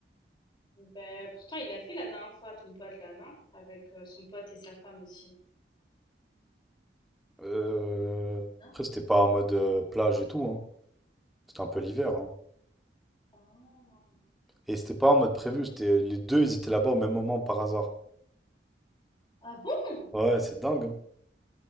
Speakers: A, on the left; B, in the centre.
A: Ben, pourtant, il l'a fait la dernière fois, ton pote là, non? Avec euh, son pote et sa femme aussi.
B: Euh,
A: Non.
B: Après, c'était pas en mode euh, plage et tout, hein. C'était un peu l'hiver, hein.
A: Ah,
B: Et c'était pas en mode prévu, c'était euh, les deux, ils étaient là-bas au même moment par hasard.
A: Ah bon?
B: Ouais, c'est dingue. hein.